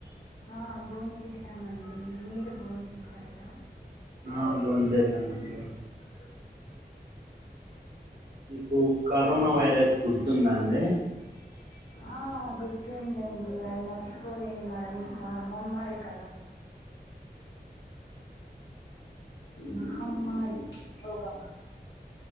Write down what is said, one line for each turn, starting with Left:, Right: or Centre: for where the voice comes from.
Left: ఆ భోన్ చేసామండి మీరు భోన్ చేసారా
Right: ఆ బో చేసమండి
Left: హలో
Right: మీకు కరోనా వైరస్ గుర్తుందా అండి
Left: ఆ గుర్తు ఉందండి అది మర్చి పోలేని మర మా మామ్మరి కద మహమ్మారి భోగామ్మది